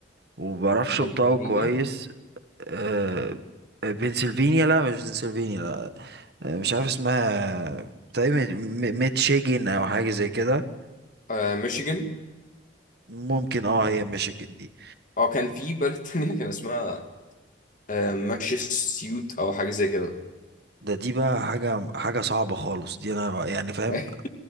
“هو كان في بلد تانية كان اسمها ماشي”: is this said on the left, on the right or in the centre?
Left